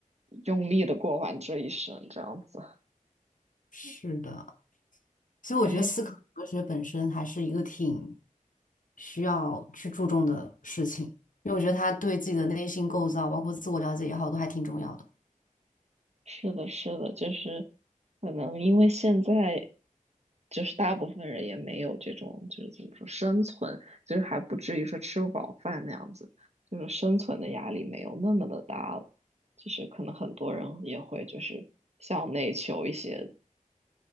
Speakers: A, on the right; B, on the left.
A: 用力的过完这一生，这样子。
B: 是的，所以我觉得思考哲学本身还是一个挺
A: 哎，
B: 需要去注重的事情，因为我觉得它对自己的内心构造，包括自我了解也好，都还挺重要的。
A: 是的，是的，就是可能因为现在就是大部分人也没有这种就是怎么说生存，就是还不至于说吃不饱饭那样子，就是生存的压力没有那么的大了，就是可能很多人也会就是向内求一些